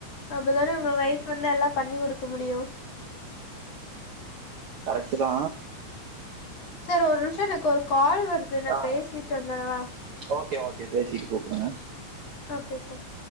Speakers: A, on the left (about 55°); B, on the right (about 65°).
A: அப்பதான உங்க வொய்ஃப் வந்து எல்லா பண்ணி கொடுக்க முடியு
B: கரெக்டு தா
A: சார் ஒரு நிமிஷொ எனக்கு ஒரு கால் வருது நா
B: ஆ
A: பேசிட்டு வந்துடவா
B: ஓகே ஓகே பேசிட்டு கூப்புடுங்க
A: ஓகே சார்